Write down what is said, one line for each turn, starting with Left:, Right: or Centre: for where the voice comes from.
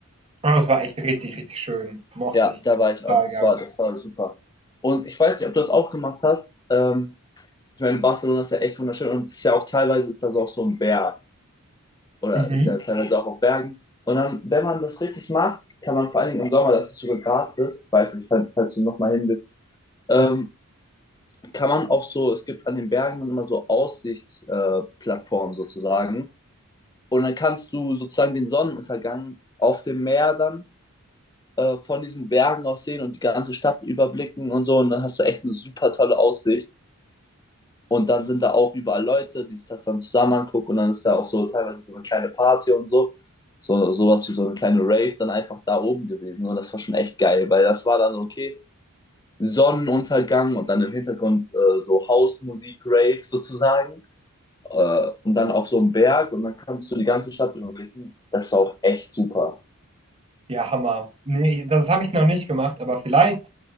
Right: Ah, das war echt richtig, richtig schön. Mochte
Left: ja,
Right: ich
Left: da war
Right: total
Left: ich auch. Das
Right: gern.
Left: war, das war super. Und ich weiß nicht, ob du das auch gemacht hast. Ähm, ich meine, Barcelona ist ja echt wunderschön und es ist ja auch teilweise ist das auch so ein Berg. oder
Right: Mhm.
Left: ist ja teilweise auch auf Bergen. Und dann, wenn man das richtig macht, kann man vor allen Dingen im Sommer, das ist sogar gratis, ich weiß nicht, falls, falls du nochmal hin bist, ähm, kann man auch so, es gibt an den Bergen dann immer so Aussichtsplattformen äh, sozusagen. Und dann kannst du sozusagen den Sonnenuntergang auf dem Meer dann äh, von diesen Bergen aus sehen und die ganze Stadt überblicken und so. Und dann hast du echt eine super tolle Aussicht. Und dann sind da auch überall Leute, die sich das dann zusammen angucken und dann ist da auch so teilweise so eine kleine Party und so. So sowas wie so eine kleine Rave dann einfach da oben gewesen und das war schon echt geil, weil das war dann so, okay, Sonnenuntergang und dann im Hintergrund äh, so Hausmusik, Rave sozusagen äh, und dann auf so einem Berg und dann kannst du die ganze Stadt überblicken. Das war auch echt super.
Right: Ja, Hammer. Ne, das habe ich noch nicht gemacht, aber vielleicht,